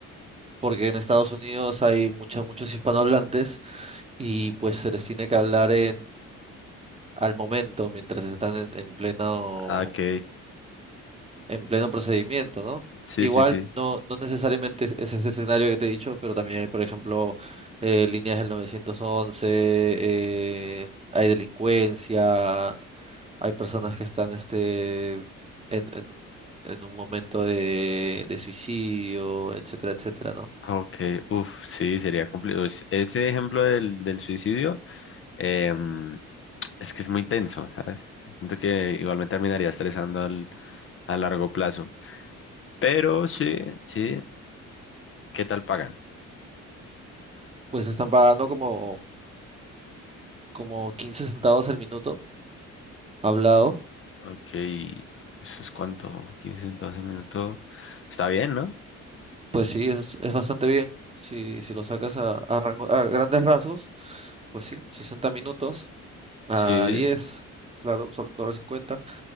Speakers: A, on the right; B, on the left.
A: porque en Estados Unidos hay mucha- muchos hispanohablantes y pues se les tiene que hablar en, al momento, mientras están en, en pleno,
B: Ah, Ok,
A: en pleno procedimiento, ¿no?
B: sí,
A: Igual
B: sí, sí.
A: no, no necesariamente es es ese escenario que te he dicho, pero también hay, por ejemplo, eh, líneas del 911, eh, hay delincuencia, hay personas que están este, en, en un en un momento de, de suicidio, etcétera, etcétera, ¿no?
B: Ok, uff, sí, sería complicado. Ese ejemplo del, del suicidio em, es que es muy tenso, ¿sabes? Siento que igual me terminaría estresando al, a largo plazo. Pero sí, sí, ¿qué tal pagan?
A: Pues están pagando como como 15 centavos el minuto hablado,
B: Ok, eso es cuánto, 15, 12 minutos. Está bien, ¿no?
A: pues sí, es, es bastante bien. Si, si lo sacas a, a rango- a grandes rasgos, pues sí, 60 minutos a
B: Sí,
A: diez claro, un sol- un dólar 50